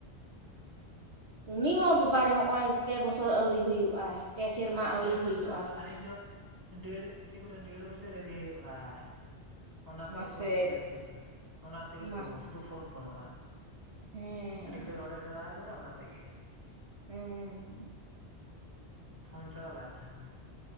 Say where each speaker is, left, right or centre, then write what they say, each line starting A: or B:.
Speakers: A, on the right; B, on the right.
A: ᱦᱩᱸ᱾
B: ᱩᱱᱤ ᱦᱚᱸ ᱵᱟᱵᱟᱨᱮ ᱦᱚᱜᱼᱚᱭ ᱯᱮ ᱵᱚᱥᱚᱨ ᱟᱹᱣᱨᱤ ᱦᱩᱭᱩᱜᱼᱟ ᱯᱮ ᱥᱮᱨᱢᱟ
A: ᱟᱨ
B: ᱟᱹᱣᱨᱤ
A: ᱯᱮ ᱵᱚᱪᱷᱚᱨ
B: ᱦᱩᱭᱩᱜᱼᱟ
A: ᱟᱞᱮ ᱫᱚ ᱰᱮᱲ ᱪᱮᱫ ᱠᱚ ᱰᱮᱲ ᱵᱚᱪᱷᱚᱨ ᱮᱨᱤ ᱦᱳᱭᱳᱜ ᱟᱭ᱾ ᱚᱱᱟ ᱛᱮᱜᱮ
B: ᱢᱟᱥᱮ
A: ᱯᱷᱳᱱ ᱧᱮᱞ ᱯᱟᱹᱨᱠᱟᱹ ᱚᱱᱟ ᱛᱮᱜᱮ
B: ᱢᱟ
A: ᱯᱷᱳᱱ ᱥᱩᱫᱷᱩ ᱯᱷᱳᱱ ᱯᱷᱳᱱᱚᱜ ᱟᱭ᱾
B: ᱦᱮᱸ
A: ᱠᱟᱹᱴᱤᱡ ᱨᱚᱲᱮ ᱥᱮᱬᱟ ᱠᱟᱫᱟ ᱚᱱᱟ ᱛᱮᱜ ᱜᱮ᱾
B: ᱦᱩᱸ᱾
A: ᱯᱷᱳᱱ ᱪᱷᱟᱲᱟ ᱵᱟᱭ ᱛᱟᱦᱮᱱᱟᱭ ᱾